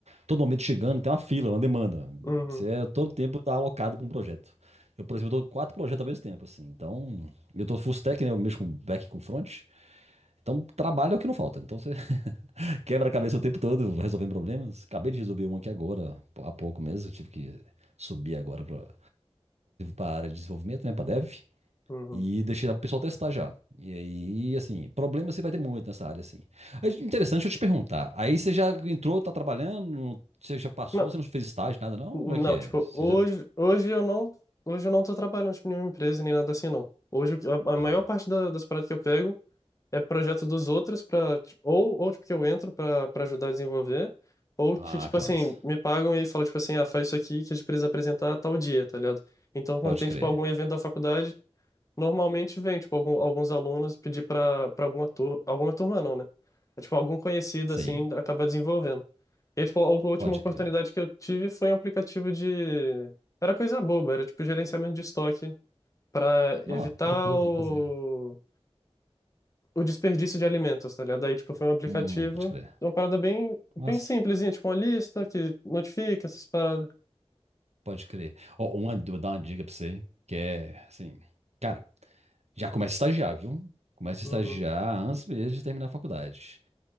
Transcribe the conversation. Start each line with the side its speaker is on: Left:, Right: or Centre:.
Right: Todo momento chegando, tem uma fila, uma demanda.
Left: uhum,
Right: Você é, todo tempo está alocado para um projeto. Eu, por exemplo, estou com quatro projetos ao mesmo tempo, assim. Então, eu estou full stack, né? Eu mexo com back e com front. Então, trabalho é o que não falta. Então, você Quebra-cabeça o tempo todo, resolvendo problemas. Acabei de resolver um aqui agora, há pouco mesmo. Eu tive que subir agora para a área de desenvolvimento, né, para dev.
Left: uhum.
Right: E deixei o pessoal testar já. E aí, assim, problema você vai ter muito nessa área, assim. É interessante, deixa eu te perguntar. Aí você já entrou, tá trabalhando, você já passou,
Left: Não.
Right: você não fez estágio, nada, não?
Left: Não,
Right: Como é que é?
Left: tipo,
Right: Você
Left: hoje,
Right: já.
Left: hoje eu não, hoje eu não tô trabalhando tipo, em nenhuma empresa nem nada assim, não. Hoje o que- a,
Right: Ah,
Left: a maior parte da- das paradas que eu pego é projeto dos outros para ou ou tipo que eu entro para para ajudar a desenvolver, ou
Right: ah,
Left: que tipo
Right: que
Left: assim,
Right: massa.
Left: me pagam e falam tipo assim, ah, faz isso aqui que a gente precisa apresentar tal dia, tá ligado? Então, quando
Right: Pode
Left: tem
Right: crer.
Left: tipo algum evento da faculdade, Normalmente vem, tipo, algum- alguns alunos pedir para para alguma turma, alguma turma não, né? É, tipo, algum conhecido,
Right: Sim,
Left: assim, acaba desenvolvendo. E, aí, tipo, a última
Right: pode
Left: oportunidade
Right: crer.
Left: que eu tive foi um aplicativo de... Era coisa boba, era, tipo, gerenciamento de estoque para
Right: Não,
Left: evitar
Right: tranquilo,
Left: o...
Right: tem que fazer.
Left: o desperdício de alimentos, tá ligado? Aí, tipo, foi um aplicativo,
Right: Hum, pode crer.
Left: uma parada bem,
Right: Massa.
Left: bem simplesinha, tipo, uma lista que notifica essas paradas.
Right: Pode crer. Ó, uma, vou dar uma dica pra você, que é assim, cara, já começa a estagiar, viu? Começa
Left: Uhum,
Right: a estagiar antes mesmo de terminar a faculdade.